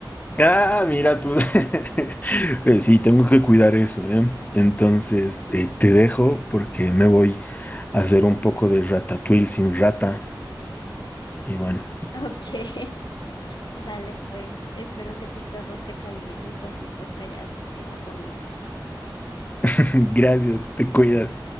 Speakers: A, on the left; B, on the left.
A: Ah, mira tú. <laughs> Eh, Sí, tengo que cuidar eso, ¿eh? Entonces, eh, te
B: Ujú.
A: dejo porque me voy a hacer un poco de ratatouille sin rata. Y bueno,
B: Ok, <laughs> dale pues. Espero que tus perros te califiquen con cinco estrellas esa comida.
A: <laughs> gracias, te cuidas.